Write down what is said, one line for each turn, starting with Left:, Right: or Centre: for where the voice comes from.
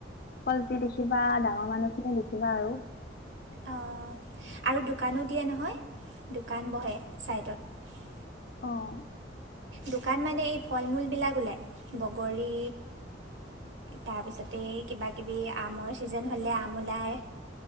Left: অকল যি দেখিবা ডাঙৰ মানুহ খিনি দেখিবা আৰু
Right: অঁ, আৰু দোকানো দিয়ে নহয়। দোকান বহে চাইডত।
Left: অ'।
Right: দোকান মানে এই ফল-মূলবিলাক ওলায়। বগৰী, তাৰপিছতে কিবা-কিবি আমৰ ছিজন হ'লে আম ওলায়।